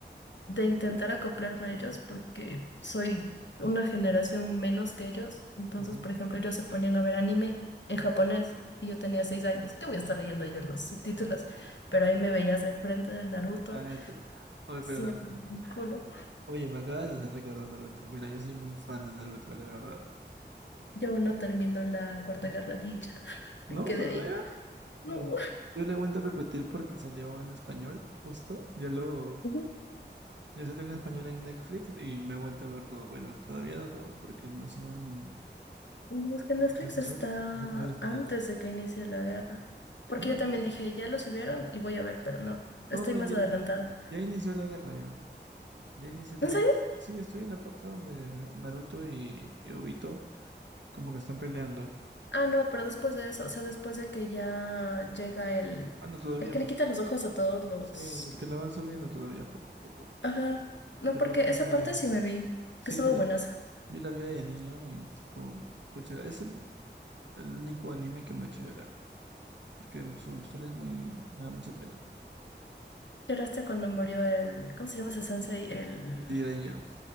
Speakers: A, on the left; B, on the right.
A: de intentar acoplarme a ellos porque soy una generación menos que ellos. Entonces,
B: Ujú.
A: por ejemplo, ellos se ponían a ver anime en japonés y yo tenía seis años. ¿Qué voy a estar leyendo yo los subtítulos? Pero ahí me veías de frente de Naruto
B: Ah, este- Oye,
A: sin
B: pero Naruto-
A: entender un culo.
B: Oye, me acabas de hacer recordar Naruto. Mira, yo soy muy fan de Naruto, la verdad.
A: Yo aún no termino la Cuarta Guerra Ninja.
B: ¿No?
A: Me quedé
B: ¿Todavía?
A: ahí. No.
B: Mm, Yo le he vuelto a repetir porque salió en español, justo. Ya lo...
A: Ujú.
B: Ya salió en español en Netflix y me he vuelto a ver todo. Bueno, todavía no todo porque no suben
A: No, Es que Netflix
B: los episodios,
A: está
B: los episodios finales.
A: antes de que inicie la guerra. Porque
B: No,
A: yo
B: no,
A: también dije, ya lo subieron y voy a ver, pero no,
B: no,
A: estoy
B: no,
A: más
B: ya,
A: adelantada.
B: ya inició la guerra ya. Ya inició la
A: ¿En
B: guerra.
A: serio?
B: Sí, estoy en la parte donde Naruto y, y Obito como que están peleando.
A: Ah, no, pero después de eso, o sea, después de que ya llega el,
B: Ah, no, todavía,
A: el que
B: pues.
A: le quita los ojos a todos los...
B: Sí, los que la van subiendo todavía poco a poco.
A: Ajá. No,
B: Pero
A: porque
B: no
A: esa
B: sé.
A: parte sí me vi,
B: Sí,
A: que estuvo
B: pero
A: buenaza.
B: yo la vi de niño y tipo, pucha, es el, el único anime que me ha hecho llorar. Es que su historia es muy, me da mucha pena.
A: Lloraste cuando murió el... ¿Cómo se llama ese sensei? El...
B: Jiraiya.